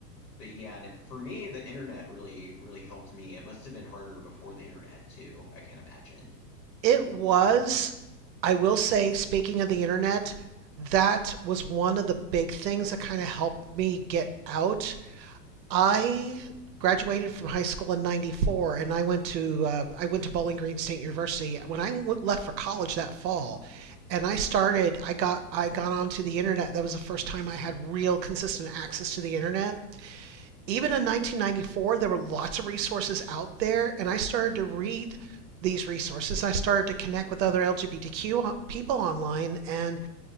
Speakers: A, on the left; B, on the right.
A: but yeah, and for me, the internet really, really helped me. It must have been harder before the internet too, I can't imagine.
B: It was, I will say, speaking of the internet, that was one of the big things that kind of helped me get out. I graduated from high school in 94 and I went to uh, I went to Bowling Green State University when I w- left for college that fall and I started I got I got onto the internet that was the first time I had real consistent access to the internet even in 1994, there were lots of resources out there, and I started to read these resources. I started to connect with other LGBTQ people online, and